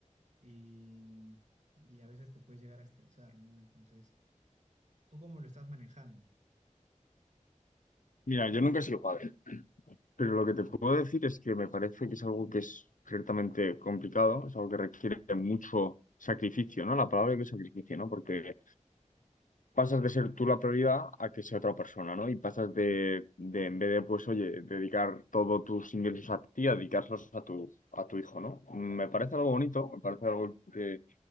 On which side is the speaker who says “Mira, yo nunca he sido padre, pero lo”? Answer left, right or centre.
Left